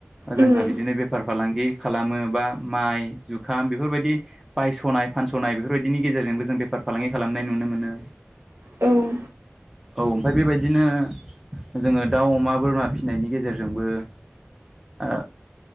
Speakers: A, in the centre; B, on the right.
A: जोंहा
B: उम
A: बिदिनो बेफार फालांगि खालामो बा माइ जुखाम बेफोरबायदि बायसनाय बे फानसनाय बेफोरबायदिनि गेजेरजोंबो जों बेफार फालांगि खालामनाय नुनो मोनो
B: औ ओ
A: औ ओमफाय बेबायदिनो जोङो दाउ अमा बोरमा फिसिनायनि गेजेरजोंबो आ